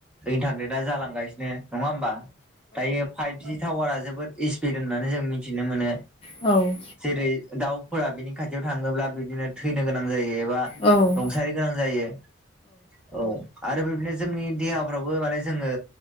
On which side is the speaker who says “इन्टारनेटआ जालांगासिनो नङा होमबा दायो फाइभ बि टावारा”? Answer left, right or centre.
Centre